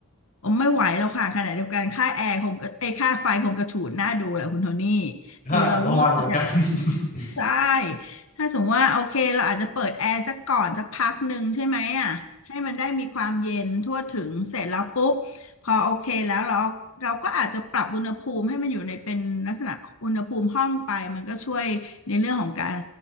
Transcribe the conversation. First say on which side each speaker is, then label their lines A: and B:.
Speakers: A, on the left; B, on the left.
A: ผมไม่ไหวแล้วค่ะขณะเดียวกันค่าแอร์คงก็เอยค่าไฟคงกระฉูดน่าดูแหละคุณโทนี่
B: ใช่
A: คือเราต้องเลือกอย่างไรดี
B: <laughs> ผมก็วางกันเหมือนกัน <laughs>
A: ใช่ถ้าสมมติว่าโอเคเราอาจจะเปิดแอร์สักก่อนสักพักหนึ่งใช่ไหมอ่ะให้มันได้มีความเย็นทั่วถึงเสร็จแล้วปุ๊บพอโอเคแล้วเราเราก็อาจจะปรับอุณหภูมิให้มันอยู่ในเป็นลักษณะอุณหภูมิห้องไปมันก็ช่วยในเรื่องของการ